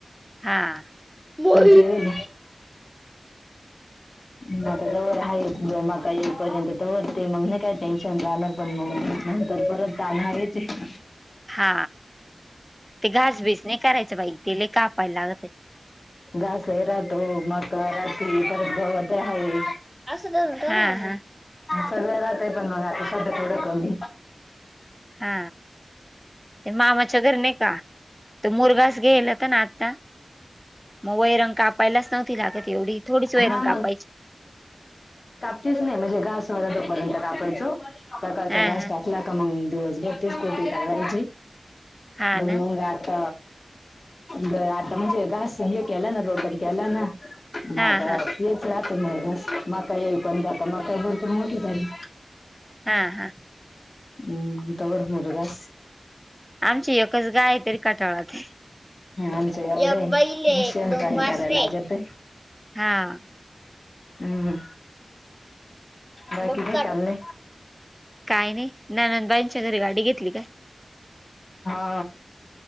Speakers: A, in the centre; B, on the left.
A: हा ब ह
B: ठेवेल ह आता ज आहे जमा का येईपर्यंत दते मग नाही काय टेन्शन राहणार पण मग तर परत आलणार आहेच
A: हा ते घासबीस नाही करायच बाई तला कापायला लागत
B: घास आहे राहातो मका रात्री पात गवत आहे
A: असं हा हा
B: सगळं राहतंय पण मग आता शध थोडं कमी
A: हा ते मामाच्या घर नाही का तर मुर्गा ग येलता ना आता म व वैरण अपायलाच नव लागत त एवढ ोडी सोय
B: हा
A: वैरण अपयच
B: च नाही म्हणे घासवा य टाकायचो सकाकारचा
A: हा
B: का
A: हा
B: टाकला का मग दिवस बत्तीस कोटी टयची
A: हा
B: बंगा
A: ना
B: त बर आता म्हणजे घास हे केला ना रोटरी केला ना
A: हा
B: ह तर
A: हा
B: तेच राहते म म काय येई पण दता म काय होल त मोठ झाली
A: हा हा
B: हम्म तगोड मर ग
A: आमची एकच गाय तरी कटाळात
B: आमचं
A: एक
B: एवढे
A: बैल आहे
B: शिन
A: दोन
B: पाणी
A: वासरे
B: करायला
A: आहे
B: लागत
A: हा
B: हम्म बाकी
A: बुटकट
B: काय चालले
A: काय नाही नानांदबाईंच्या घरी गाडी घेतली का
B: हा